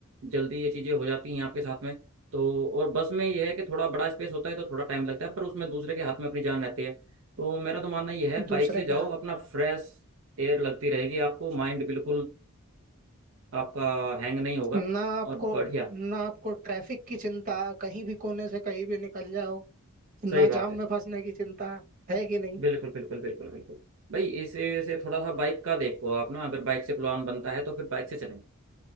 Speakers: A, on the right; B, on the right.
A: जल्दी ये चीजें हो जाती हैं आपके साथ में तो और बस में ये है कि थोड़ा बड़ा स्पेस होता है तो थोड़ा टाइम लगता है पर उसमें दूसरे के हाथ में अपनी जान रहती है तो मेरा तो मानना ये है बाइक
B: दूसरे
A: से जाओ
B: के हाथ
A: अपना फ्रेश एयर लगती रहेगी आपको माइंड बिल्कुल आपका हैंग नहीं होगा
B: ना आपको
A: और बढ़िया
B: ना आपको ट्रैफिक की चिंता कहीं भी कोने से कहीं भी निकल जाओ ना
A: सही बात
B: जाम
A: है
B: में फंसने की चिंता है कि नहीं
A: बिल्कुल बिल्कुल बिल्कुल बिल्कुल भाई इसे से थोड़ा सा बाइक का देखो आप ना अगर बाइक से प्लान बनता है तो फिर बाइक से चलेंगे